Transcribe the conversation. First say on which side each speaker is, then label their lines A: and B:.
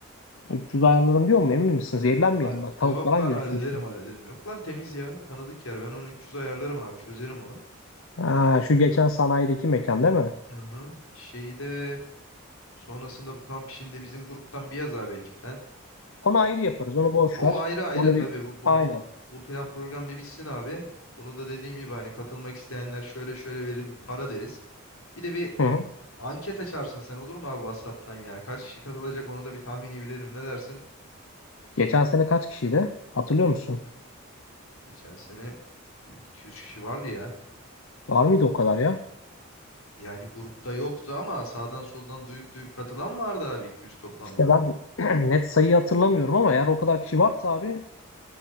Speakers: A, on the left; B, on the left.
A: 300 ayarlarım diyor mu emin misiniz? Zehirlenmeyelim
B: A-
A: bak tavuk
B: Yok
A: falan
B: lan
A: giriyor
B: hallederim
A: işin içine.
B: hallederim. Yok lan temiz ya. Tanıdık yer. Ben onu 300 ayarlarım abi. Çözerim onu.
A: Ha, şu geçen sanayideki mekan değil mi?
B: Hı hı. Şeyi de sonrasında bu kamp işinde bizim gruptan bir yaz abi ekipten.
A: Onu ayrı yaparız. Onu boş
B: O
A: ver.
B: ayrı ayrı
A: Onu
B: tabii
A: bir
B: bu bu
A: aynen.
B: bu bu plan program bir bitsin abi. Bunu da dediğim gibi hani katılmak isteyenler şöyle şöyle verili bir para deriz. Bir de bir
A: Hı hı.
B: anket açarsın sen olur mu abi WhatsApp'tan ya? Kaç kişi katılacak onu da bir tahmini bilelim ne dersin?
A: Geçen sene kaç kişiydi? Hatırlıyor musun?
B: Geçen sene bir iki yüz kişi vardı ya.
A: Var mıydı o kadar ya?
B: Yani grupta yoktu ama sağdan soldan duyup duyup katılan vardı abi 200 toplamda.
A: İşte ben <clears throat> net sayıyı hatırlamıyorum ama eğer o kadar kişi varsa abi